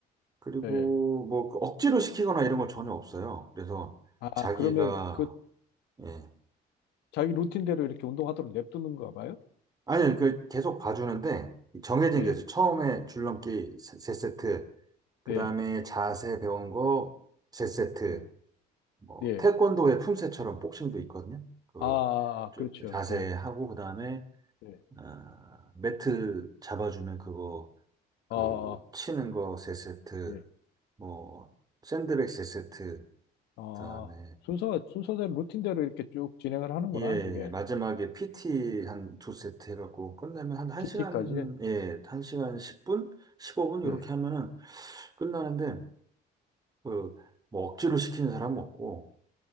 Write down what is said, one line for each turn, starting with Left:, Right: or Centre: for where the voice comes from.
Right: 그리고
Left: 예.
Right: 뭐그 억지로 시키거나 이런 거 전혀 없어요. 그래서
Left: 아,
Right: 자기가
Left: 그러면 그
Right: 예.
Left: 자기 루틴대로 이렇게 운동하도록 냅두는가 봐요?
Right: 아니 그 계속 봐주는데 정해진
Left: 예,
Right: 게 있어요. 처음에 줄넘기 세 세 세트, 그다음에
Left: 예,
Right: 자세 배운 거 세 세트,
Left: 예,
Right: 뭐
Left: 예.
Right: 태권도의 품새처럼 복싱도 있거든요. 그거
Left: 아, 아, 아,
Right: 쭉
Left: 그렇죠.
Right: 자세
Left: 예,
Right: 하고 그다음에
Left: 예.
Right: 아, 매트 잡아주면 그거 그
Left: 아, 아,
Right: 치는 거 세 세트,
Left: 예.
Right: 뭐 샌드백 세 세트,
Left: 아,
Right: 그다음에
Left: 순서, 순서대로 루틴대로 이렇게 쭉 진행을 하는구나,
Right: 예,
Left: 그게.
Right: 마지막에 PT 한 두 세트 해갖고 끝내면 한 1시간,
Left: 키티까지
Right: 예, 1시간 십0분 15분? 이렇게
Left: 예.
Right: 하면은 끝나는데, 그, 뭐 억지로 시키는 사람은 없고,